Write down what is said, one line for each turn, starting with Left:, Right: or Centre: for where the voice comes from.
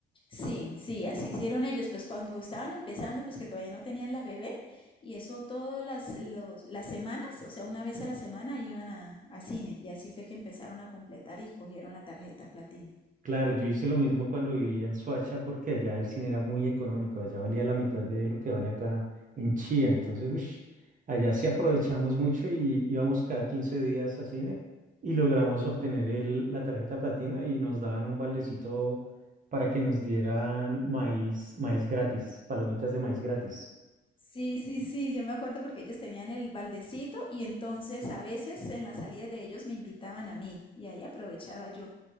Left: Sí, sí, así hicieron ellos, pues cuando estaban empezando, pues que todavía no tenían la bebé, y eso todas las, los- las semanas, o sea, una vez a la semana iban a, a cine, y así fue que empezaron a completar y cogieron la tarjeta platino.
Right: Claro, yo hice lo mismo cuando vivía en Soacha porque allá el cine era muy económico, allá valía la mitad de lo que vale acá en Chía, entonces ush, allá sí aprovechamos mucho y íbamos cada 15 días a cine y logramos obtener el- la tarjeta platino y nos daban un baldecito para que nos dieran maíz, maíz gratis, palomitas de maíz gratis.
Left: Sí, sí, sí, yo me acuerdo porque ellos tenían el baldecito y entonces a veces en las salidas de ellos me invitaban a mí y ahí aprovechaba yo.